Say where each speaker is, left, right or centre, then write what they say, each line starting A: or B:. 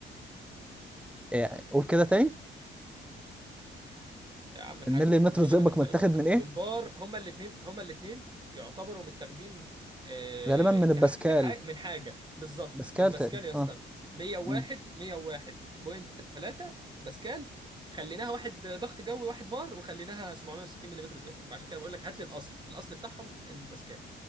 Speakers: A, in the centre; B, on the right.
A: يعني قول كده تاني
B: يا عم الحاج
A: الملي متر
B: مليمتر
A: زئبق
B: ثقبك
A: متاخد من ايه
B: والبار هما الاتنين هما الاتنين يعتبروا متاخدين آه،
A: غالبا من
B: كح...
A: الباسكال
B: كح... من حاجة بالظبط
A: باسكال
B: الباسكال
A: تقريبا
B: يا اسطى
A: اه
B: 101
A: مم.
B: 101.3 باسكال خليناها واحد ضغط جوي واحد بار وخليناها 760 مليمتر ثقبك فعشان كده بقول لك هات لي الاصل الاصل بتاعهم الباسكال